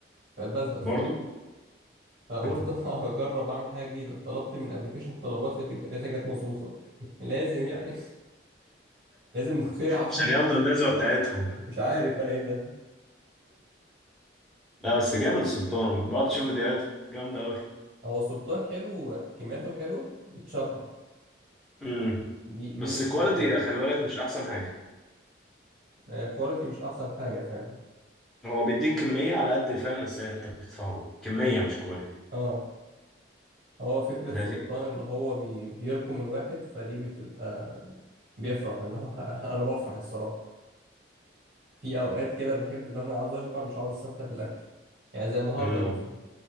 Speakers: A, on the right; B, in the centre.
A: فبزهق الصراحة
B: <laughs> برضه
A: فقلت
B: <laughs>
A: <laughs> أنا هجرب اعمل حاجة جديدة طلبت من ابلكيشن طلبات لقيت لقيتها جت مظبوطة <laughs> لازم يعني <laughs> لازم نخترع عشان
B: عشان
A: <laughs>
B: ياخدوا الجزوه بتاعتهم
A: مش عارف انا ايه ده
B: لا بس جامد السلطان بقعد اشوف فيديوهاته جامده قوي
A: هو السلطان حلو كمياته حلوة بتشبع
B: امم
A: دي
B: بس
A: دي ميزة
B: الكواليتي
A: السلطان
B: خلي بالك مش احسن حاجه
A: آه، كواليتي مش احسن حاجة فعلا
B: هو بيديك كميه على قد فعلا بس انت بتدفعه كميه
A: مم.
B: مش كواليتي
A: اه هو فكرة
B: لذيذ
A: سلطان اللي هو بي... بيلكم الواحد فدي بتبقى بيفرح اللي هو <laughs> انا بفرح الصراحة في اوقات كده بحب اللي انا عاوز اشبع مش عاوز استمتع بالاكل يعني زي النهاردة
B: امم
A: مثلا